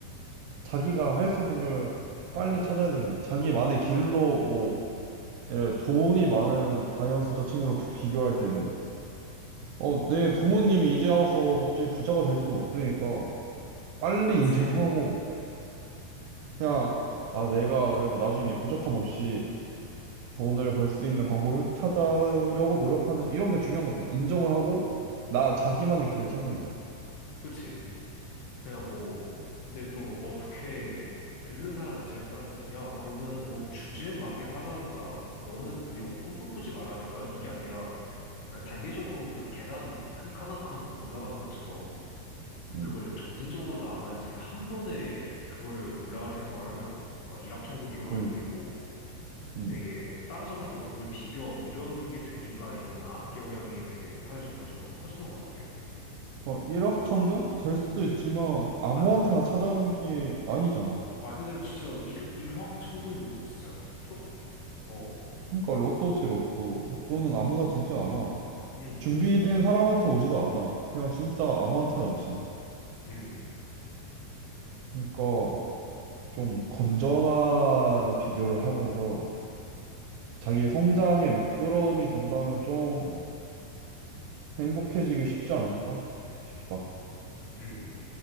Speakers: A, on the right (about 80°); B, on the left (about 85°).
A: 자기가 할 수 있는 걸 빨리
B: 어.
A: 찾아야 되는 것 같아. 자기만의 길로 뭐 예를 들어 돈이 많은 다이언스 저 친구랑 부- 비교할 때는 어, 내 부모님이 이제 와서 갑자기 부자가 될 수는 없으니까 빨리 인정하고
B: 그치,
A: 그냥 아, 내가 그래도 나중에 부족함 없이 돈을 벌 수 있는 방법을 찾으려고 노력하는 이런 게 중요한 것 같아. 인정을 하고 나 자기만의 길을 찾는 거.
B: 그치. 그냥 뭐, 근데 또 어떻게 듣는 사람 입장에 따라서, 야, 그러면은 뭐 주제에 맞게 살라는 거야? 너는 뭐 이런 거 꿈도 꾸지 말라는 거야? 이게 아니라, 그러니까 단계적으로 그 계단 한 칸 한 칸 올라가는 것처럼,
A: 음,
B: 그걸 점진적으로 나아가야지 한 번에 그거를 올라갈 생각을 하면서, 막 일확천금 이런
A: 그러니까.
B: 걸 노리고
A: 음.
B: 되게 따라잡을 수 없는 걸 비교하고 이런 게 되니까 이런 악영향이 되게 사회 전반적으로 퍼지는 것 같아.
A: 그러니까 일확천금? 될 수도 있지만 아무한테나
B: 안...
A: 찾아오는 게 아니잖아.
B: 말 그대로 진짜 일, 일확천금이거든, 진짜. 일억. 어.
A: 그러니까 로또지 로또. 로또는 아무나 되지 않아.
B: 음,
A: 준비된 사람한테 오지도 않아. 그냥 진짜 아무한테나 오지.
B: 음,
A: 그러니까 좀 건전한 비교를 하면서 자기 성장의 미끄러움이 된다면 좀 행복해지기 쉽지 않을까 싶다.
B: 음.